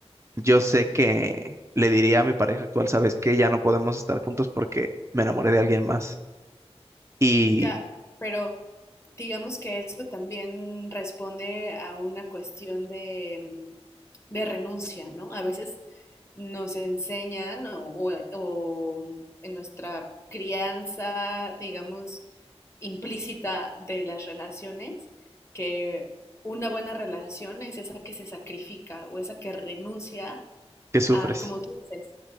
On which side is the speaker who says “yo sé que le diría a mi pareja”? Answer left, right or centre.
Right